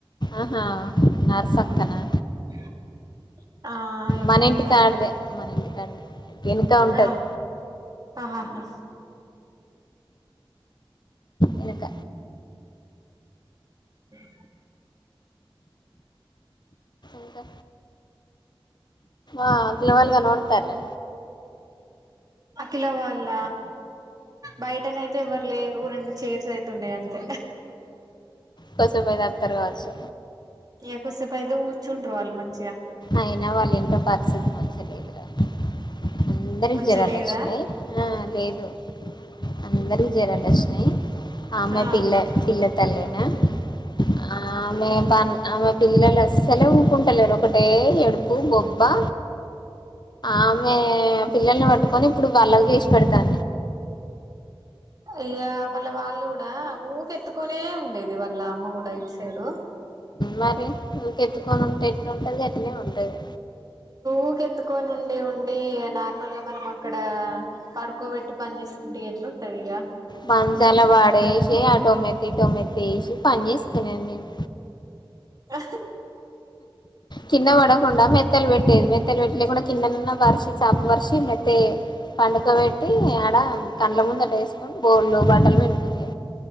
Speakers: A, on the left; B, on the right.
A: ఆహా. నర్సక్క నా.
B: <inaudible> ఆ ఏమో
A: మన ఇంటికి
B: అక్క
A: కాడదే మన ఇంటికా ఆడదే వెనుక ఉంటది.
B: ఆ ఆహాహా.
A: ఎనుక.
B: <inaudible>
A: ఇంకా ఆ పిల్లవాళ్ళు కనబడుతారు.
B: ఆ పిల్లవాళ్ల. బయటన అయితే ఎవరులేరు రెండు చైర్స్ అయితున్నాయి అంతే.
A: కోసంపోయి త అతారు కావచ్చు.
B: ఇకుసేపుయితే కూర్చుంటారు వాళ్ళు మంచిగా.
A: అయినా వాళ్ళ ఇట్ పరిస్థితి మంచిలేదురా. అందరి
B: మంచిగా
A: జరాలు
B: లేదా
A: వచ్చినాయి ఆ లేదు. అందరికి జ్వరాలొచ్చినాయి. ఆమె
B: ఆ
A: పిల్ల పిల్ల తల్లేనా ఆ. ఆమె ప ఆమె పిల్లలు అస్సలే ఊకుంటలేరు ఒకటే ఎడుపు బొబ్బా. ఆమె పిల్లల్ని పట్టుకొని ఇప్పుడు వాళ్ళగా చేసి పెడతాన్.
B: అయ్యో మళ్ళ వాళ్ళు కూడా ఊకెత్కుకొనే ఉండేది వాళ్ళ అమ్మ కూడా ఇట్ సైడు.
A: మరి ఊకె ఎత్తుకొని ఉంటే ఎట్ంటది గట్నే ఉంటది.
B: ఊకెత్తుకొని ఉండి ఉండి నార్మల్గా మనం అక్కడ. పడుకోబెట్టి పనిచేస్తుంటే ఎట్లు ఉంటంది ఇక.
A: మంచాలా వాడ వేసి ఆ టొమతి టొమతి వేసి పని చేస్తున్నాను నేను.
B: ఆ
A: కింద పడకుండా మెత్తలు పెట్టేది మెత్తలు పెట్లే కూడా కిందనన్న పరిశి చాప బరిసి మెత్త. పండుక పెట్టి ఆడ కండ్ల ముందట వేసుకొని బోల్లు బట్టలు వండుకునే.